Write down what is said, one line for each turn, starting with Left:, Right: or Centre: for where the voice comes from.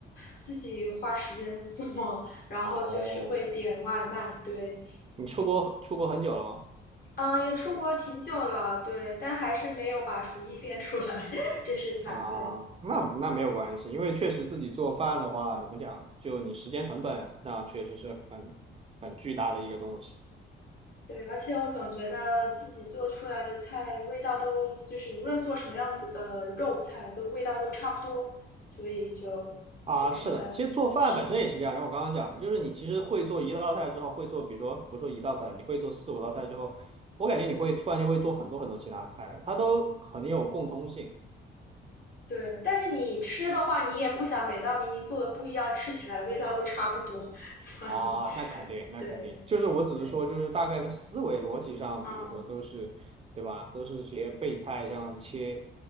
Left: 自己花时间做，<laughs> 然后就是会点外卖。
Right: 哦，
Left: 对，
Right: 你出国出国很久了吗？
Left: 嗯、也出国挺久了，对，但还是没有把厨艺练出来，<laughs> 真是惭愧。
Right: 啊，那那没有关系，因为确实自己做饭的话，怎么讲，就你时间成本，那确实是很很巨大的一个东西
Left: 对，而且我总觉得自己做出来的菜味道都就是无论做什么样子的肉菜，都味道都差不多，所以就就感觉
Right: 啊。是的，其实做饭本身也是这样，
Left: 是，
Right: 像我刚刚讲的，就是你其实会做一道菜之后，
Left: 嗯
Right: 会做，比如说不说一道菜，你会做四五道菜之后，
Left: 嗯，
Right: 我感觉你会突然就会做很多很多其他菜了，它都很有共通性。
Left: 对。但是你吃的话，你也不想每道明明做的不一样，吃起来味道都差不多，<laughs> 所以
Right: 啊，那肯定，那肯定，
Left: 对
Right: 就是我只是说，
Left: 对，
Right: 就是大概的思维逻辑上，
Left: 嗯
Right: 比如说都是，对吧？都是些备菜这样切